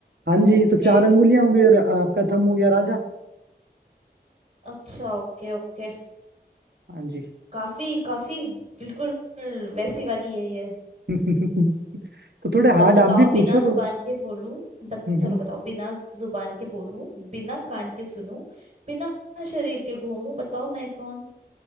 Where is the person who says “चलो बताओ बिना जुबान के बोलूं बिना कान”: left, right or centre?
Right